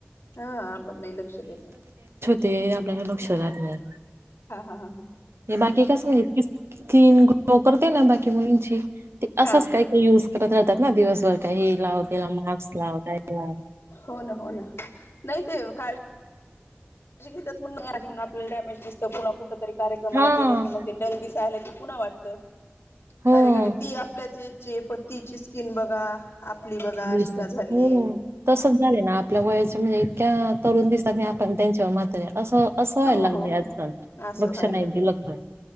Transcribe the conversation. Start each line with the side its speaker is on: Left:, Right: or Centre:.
Left: हां आपण नाई लक्ष देत
Right: ते आपल्याला लोक्ष राहत नाय.
Left: हां हां हां ह
Right: हे बाकी कसय नाही क्लीन गलो करते ना बाकी मुलींची ते
Left: हा
Right: असंच काय ते युज करत राहतात ना दिवसभर काहीही लावतेला मास्क लाव ते यूज
Left: हों ना हों ना नाही ते काळ अशेघेता आपला डॅमेज दिसत पुन्हा कुठ तरी कार्यक्रमाला
Right: हां.
Left: गेलं की मग ते हेल्दी सॅलेड पुन्हा वाटत
Right: हो.
Left: अरे गड्या ती ही आपलेच आहेत. चे पण तीची स्किन बघा आपली बघा अशी
Right: दिसतं.
Left: का झालीय.
Right: हो. तसंच झालंय ना आपल्या वयाच्या म्हणजे इतक्या तरुण दिसतात नाही आपण त्यांच्यावर म्हातारे असं. असं व्हायला
Left: हो
Right: लागलंय
Left: हो हो,
Right: आजकाल.
Left: असं
Right: लक्ष
Left: व्हायला
Right: नाही
Left: लागले
Right: दिलं का.